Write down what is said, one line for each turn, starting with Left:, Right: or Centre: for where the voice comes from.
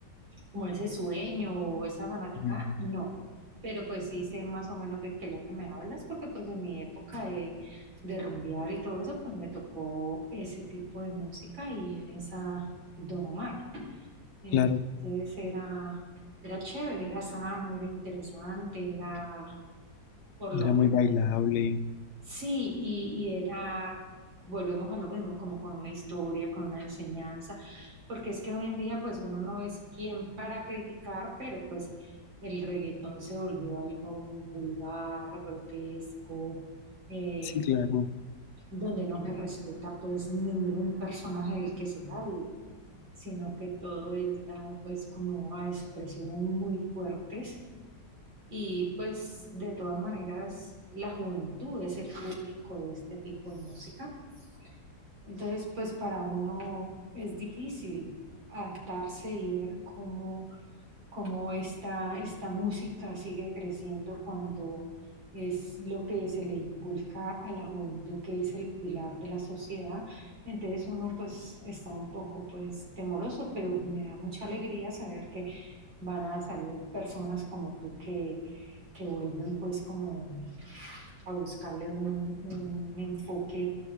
Right: como ese sueño o esa fanática,
Left: Mm,
Right: no. Pero pues sí sé más o menos de qué es lo que me hablas, porque pues en mi época de, de rumbear y todo eso, pues me tocó ese tipo de música y en esa Don Omar. Entonces
Left: Claro,
Right: era, era chévere, era sano, era interesante, era por lo
Left: era muy bailable.
Right: Sí, y, y era, volvemos a lo mismo, como con una historia, con una enseñanza, porque es que hoy en día pues uno no es quien para criticar, pero pues el reggaetón se volvió algo vulgar, grotesco, eh,
Left: Sí, claro.
Right: donde no se respeta pues ningún personaje del que se hable, sino que todo es dado pues como a expresiones muy fuertes y pues de todas maneras, la juventud es el público de este tipo de música. Entonces, pues para uno es difícil adaptarse y ver cómo cómo esta, esta música sigue creciendo cuando es lo que se le inculca a la juventud, que es el pilar de la sociedad. Entonces uno pues está un poco pues temeroso, pero me da mucha alegría saber que van a salir personas como tú que, que vuelven pues como a buscarle un, un enfoque